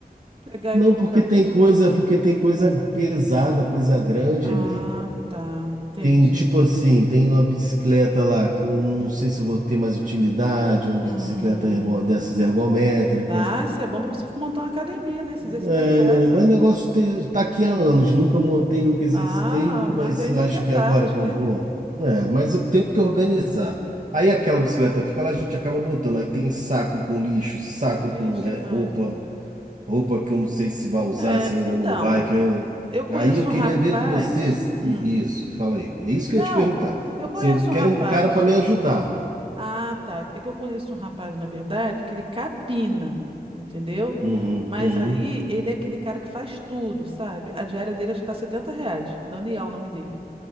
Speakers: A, on the right; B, on the right.
A: Pegar
B: Não,
A: e colocar
B: porque
A: no
B: tem
A: lixo?
B: coisa, porque tem coisa pesada, coisa grande,
A: Ah,
B: amiga.
A: tá. Entendi.
B: Tem tipo assim, tem uma bicicleta lá que eu não sei se eu vou ter mais utilidade, uma
A: Hum,
B: bicicleta ergo- dessas ergométrica.
A: ah, isso é bom pra você montar uma academia, né? Se exercitar
B: É,
A: em casa.
B: né? Mas o negócio te- tá aqui há anos, nunca montei, nunca exercitei,
A: Ah, mas
B: mas
A: aí
B: acho
A: nunca é
B: que
A: tarde,
B: é agora que eu
A: né?
B: vou. É, mas eu tenho que organizar. Aí aquela bicicleta fica lá, a gente acaba botando. Aí tem saco com lixo, saco
A: Vixe,
B: com re-
A: Maria.
B: roupa, roupa que eu não sei se vai usar,
A: É,
B: se ainda
A: então,
B: não vai. que eu-
A: eu conheço
B: Aí eu queria
A: um rapaz.
B: ver com vocês
A: hum,
B: i- isso, fala aí. É isso que
A: Não,
B: eu ia te perguntar.
A: eu conheço
B: Se eu quero
A: um rapaz.
B: um cara para me ajudar.
A: Ah, tá. É que eu conheço um rapaz, na verdade, que ele capina, entendeu?
B: Uhum,
A: Mas
B: uhum.
A: aí ele é aquele cara que faz tudo, sabe? A diária dele acho que tá setenta 70 reais. Daniel, é o nome dele.